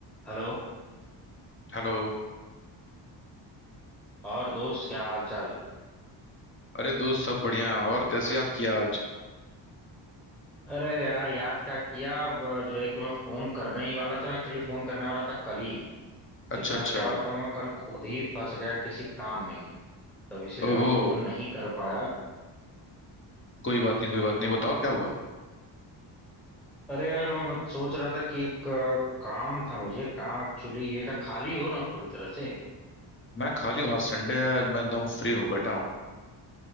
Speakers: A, in the centre; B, on the left.
A: Hello
B: हेलो
A: और दोस्त क्या हाल चाल
B: अरे दोस्त सब बढ़िया और कैसे याद किया आज
A: अरे यार याद क्या किया अब जो है कि मैं फोन करने ही वाला था मैं एक्चुअली फोन करने वाला था कल ही लेकिन
B: अच्छा अच्छा
A: अब क्या बताऊं मैं कल खुद ही फंस गया किसी काम में ही तब इसीलिए
B: ओहो
A: मैं फोन नहीं कर पाया
B: कोई बात नहीं कोई बात नहीं बताओ क्या हुआ
A: अरे यार मैं बस सोच रहा था कि एक अ, काम था मुझे काम एक्चुअली ये था खाली हो ना पूरी तरह से
B: मैं खाली हूँ आज संडे है आज मैं एकदम फ्री हूँ बैठा हूँ